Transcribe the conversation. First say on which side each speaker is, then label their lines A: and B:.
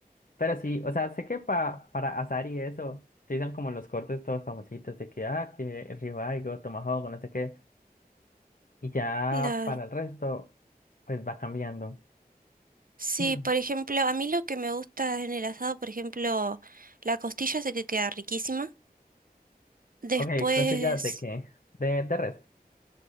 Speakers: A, on the left; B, on the right.
A: Pero sí, o sea, sé que pa, para asar y eso, se son como los cortes todos famositos de que, ah, que el ribeye o tomahawk, o no sé qué. Y ya
B: Claro.
A: para el resto, pues va cambiando.
B: Sí,
A: Hmm.
B: por ejemplo, a mí lo que me gusta en el asado, por ejemplo, la costilla sé que queda riquísima. Después,
A: Ok, costillas de qué? De, de res.